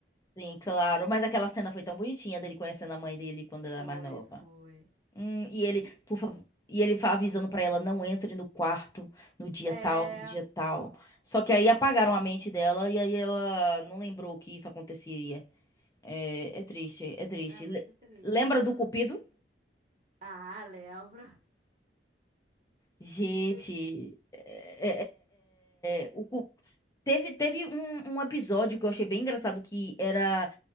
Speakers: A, on the left; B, on the right.
A: Sim, claro. Mas aquela cena foi tão bonitinha dele conhecendo a mãe dele quando ela
B: <laughs> Foi,
A: era mais nova.
B: foi.
A: Hum, e ele, por favor, e ele fa- avisando pra ela, não entre no quarto no dia
B: É,
A: tal, no dia tal. Só que aí apagaram a mente dela e aí ela não lembrou que isso aconteceria. É, é triste, é triste.
B: é muito
A: Le-
B: triste,
A: lembra
B: pois.
A: do Cupido?
B: Ah, lembro. <laughs>
A: Gente,
B: De-
A: é, é- é- é, o cu- teve, teve um, um episódio que eu achei bem engraçado, que era